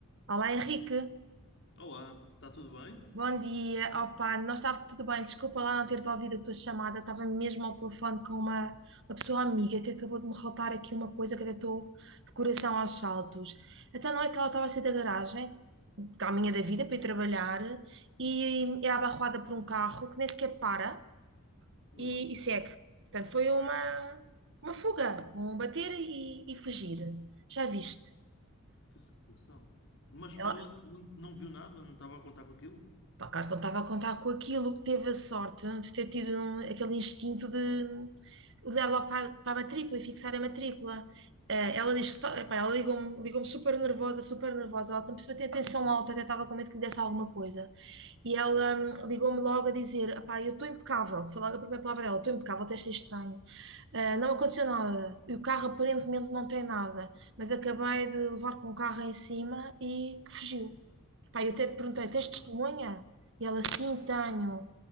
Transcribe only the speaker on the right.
Olá Henrique,
bom dia. Opa, não estava tudo bem, desculpa lá não ter devolvido a tua chamada, estava mesmo ao telefone com uma, uma pessoa amiga que acabou de me relatar aqui uma coisa que até estou de coração aos saltos. Então não é que ela estava a sair da garagem, caminha da vida para ir trabalhar, e é abarroada por um carro que nem sequer para
e, e segue. Portanto, foi uma, uma fuga, um bater e, e fugir. Já viste?
Ela,
Pá, claro que não estava a contar com aquilo, teve a sorte de ter tido um- aquele instinto de olhar logo para, a para a matrícula e fixar a matrícula. Eh, ela diz, que tá- pá, ela ligou-me, ligou-me super nervosa, super nervosa, ela por cima tem a tensão alta, até estava com medo que lhe desse alguma coisa. E ela
hum, ligou-me logo a dizer, "Epá, eu estou impecável, foi logo a primeira palavra dela, estou impecável, até achei estranho. Ah, não aconteceu nada. E o carro aparentemente não tem nada, mas acabei de levar com o carro em cima e que fugiu. Pá, eu até perguntei,
tens testemunha? E ela, sim, tenho.